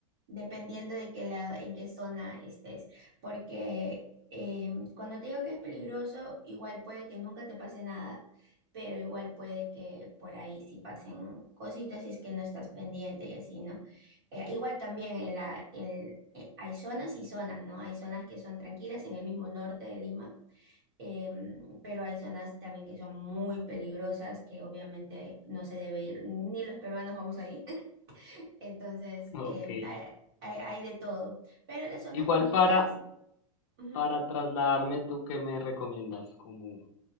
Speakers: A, on the right (about 45°); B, on the left (about 40°).
A: dependiendo de qué lado, en qué zona estés, porque em, cuando te digo que es peligroso, igual puede que nunca te pase nada, pero igual puede que por ahí sí pasen cositas si es que no estás pendiente y así, ¿no? Eh, igual también en la, en- eh, hay zonas y zonas, ¿no? Hay zonas que son tranquilas en el mismo norte de Lima em, pero hay zonas también que son muy peligrosas, que obviamente no se debe ir, ni los peruanos vamos ahí. <laughs> Entonces,
B: <laughs> Ok.
A: em, hay, hay- hay de todo. Pero las zonas
B: Igual
A: bonitas,
B: para,
A: ujú,
B: para trasladarme, ¿tú qué me recomiendas? Como